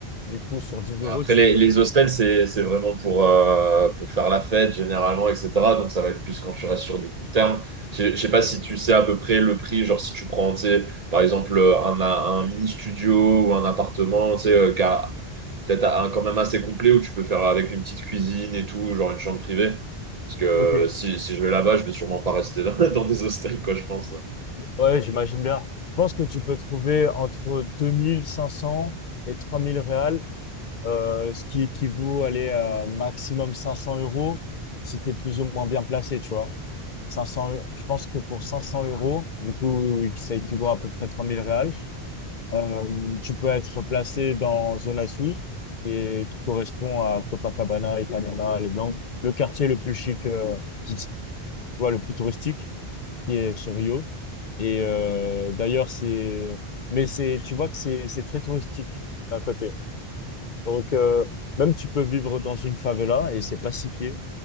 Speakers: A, on the left; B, on the right.
A: Du coup, sur 10 euros,
B: Après,
A: tu
B: les,
A: fais...
B: les hostels, c'est, c'est vraiment pour, euh, pour faire la fête généralement, etc. Donc ça va être plus quand tu restes sur du court terme. Je je sais pas si tu sais à peu près le prix, genre si tu prends, tu sais, par exemple, un, un mini studio ou un appartement, tu sais, euh, qu'à peut-être un- quand même assez complet où tu peux faire avec une petite cuisine et tout, genre une chambre privée. Parce que
A: Ok.
B: si, si je vais là-bas, je vais sûrement pas rester dans, <laughs> dans des hostels, quoi, je pense.
A: Ouais, j'imagine bien. Je pense que tu peux trouver entre 2500 et 3000 réals, euh, ce qui équivaut aller à maximum 500 euros si tu es plus ou moins bien placé, tu vois. 500, eu- je pense que pour 500 euros, du coup, ça équivaut à peu près 3000 réals. Euh, tu peux être placé dans Zona Sul, et qui correspond à Copacabana, Ipanema, Les Blancs, le quartier le plus chic, euh, qui- tu vois, le plus touristique, qui est sur Rio. Et euh, d'ailleurs, c'est. Mais c'est, tu vois que c'est c'est très touristique à côté. Donc, euh, même tu peux vivre dans une favela et c'est pacifié.